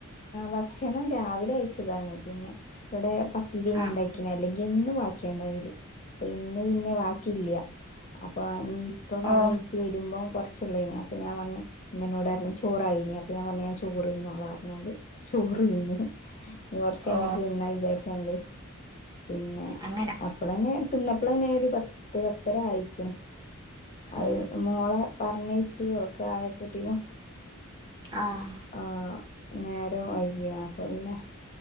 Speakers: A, on the left (about 35°); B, on the right (about 20°).
A: ഭക്ഷണം രാവിലെ കയിച്ചതാണ് പിന്നെ ഇവടെ പത്തിരൈനിണ്ടാക്കിന
B: ആഹ്
A: അല്ലെങ്കി എന്നും ക്കണ്ടായേല് അപ്പൊ ഇന്ന് പിന്നെ ബാക്കില്ല്യാ അപ്പൊ ഇനിപ്പോ പണി
B: ഓ
A: വരുമ്പോം കൊറച്ചുള്ളയേന് അപ്പൊ ഞാൻ പറഞ് ഉമ്മ എന്നോട് പറഞ്ഞ് ചോറായിനി അപ്പൊ ഞാൻ പറഞ്ഞ് ഞാൻ ചോ ചോറ് തിന്നോളാന്ന്ണ്ട് ചോറ്. <unintelligible> കൊറച്ച് കഴിഞ്ഞിട്ട്
B: ഓ
A: തിന്നാ വിചാരിച്ചണ്ട്. പിന്നെ,
B: അങ്ങനെ.
A: അപ്പളന്നെ തിന്നപ്പോളന്നെ ഒരു പത്ത് പത്തര ആയിക്കണ് അത്
B: ഓ
A: മോളെ പറഞ്ഞേച്ച് ഒക്കെ ആയപ്പത്തീനും
B: ആഹ്.
A: ആഹ് നേരം വൈകീണ് അപ്പൊ പിന്നെ,